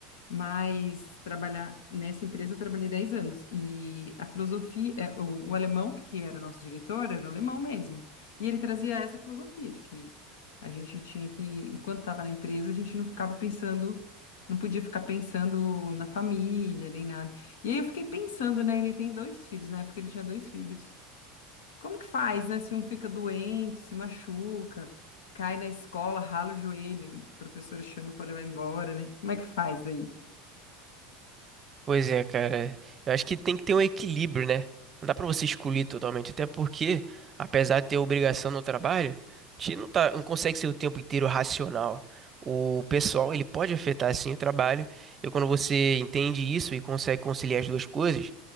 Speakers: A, on the left (about 80°); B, on the right (about 35°).
A: Mas trabalhar nessa empresa eu trabalhei 10 anos e a filosofia, é, o, o alemão que era o nosso diretor era um alemão mesmo e ele trazia essa filosofia de que a gente tinha que, enquanto estava na empresa, a gente não ficava pensando, não podia ficar pensando na família nem nada. E aí eu fiquei pensando, né? Ele tem dois filhos, na época ele tinha dois filhos. Como que faz, né? Se um fica doente, se machuca, cai na escola, rala o joelho, o professor chama para levar embora, né? Como é que faz daí?
B: Pois é, cara. Eu acho que tem que ter um equilíbrio, né? Não dá pra você excluir totalmente, até porque, apesar de ter obrigação no trabalho, a gente não tá, não consegue ser o tempo inteiro racional. O pessoal, ele pode afetar sim o trabalho. E quando você entende isso e consegue conciliar as duas coisas